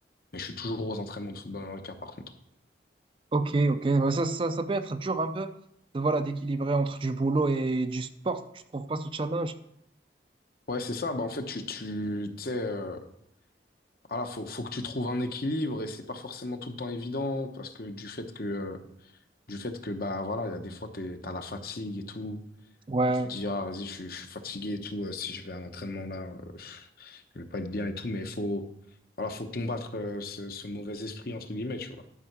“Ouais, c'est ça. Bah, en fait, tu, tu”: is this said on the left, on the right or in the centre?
Left